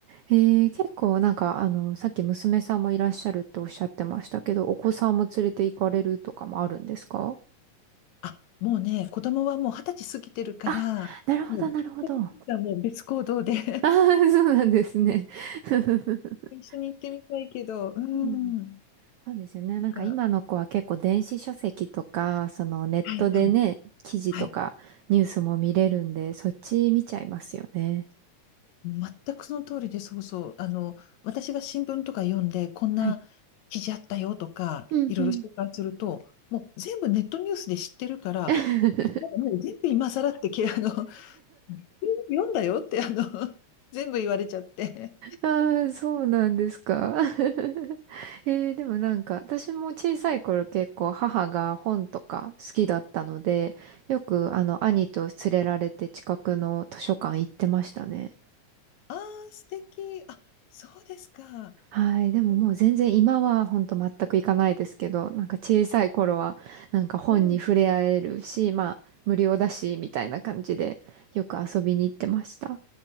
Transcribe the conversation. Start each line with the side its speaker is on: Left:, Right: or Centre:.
Right: えー、結構なんか、あの、さっき娘さんもいらっしゃるっておっしゃってましたけど、お子さんも連れて行かれるとかもあるんですか
Left: あ、もうね、子供はもう二十歳過ぎてるから、
Right: あ、なるほど、
Left: もう、
Right: なるほど。
Left: <laughs>
Right: あ
Left: もう別行動で <laughs>
Right: あー、そうなんですね。<laughs>
Left: 一緒に行ってみたいけど、うん。
Right: うん、そうですよね。なんか今の子は結構電子書籍とか、
Left: が、
Right: そのネットでね、
Left: はいはい、
Right: 記事とかニュースも見れるんで、
Left: はい。
Right: そっち見ちゃいますよね。
Left: 全くその通りで、そうそう。あの、私が新聞とか読んで、こんな記事あったよとか、
Right: はい。うんうん。
Left: いろいろ紹介すると、もう全部ネットニュースで知ってるから、
Right: <laughs>
Left: なんかもう全部今更ってき、<laughs> あの、全部読んだよって、あの、全部言われちゃって。
Right: ああ、そうなんですか。<laughs> えー、でもなんか、私も小さい頃結構母が本とか好きだったので、よくあの兄と連れられて近くの図書館行ってましたね。
Left: ああ、素敵。あ、そうですか。
Right: はい。でももう全然今は本当全く行かないですけど、
Left: <laughs>
Right: なんか小さい頃はなんか本に触れ合えるし、
Left: うん、
Right: まあ無料だし、みたいな感じでよく遊びに行ってました。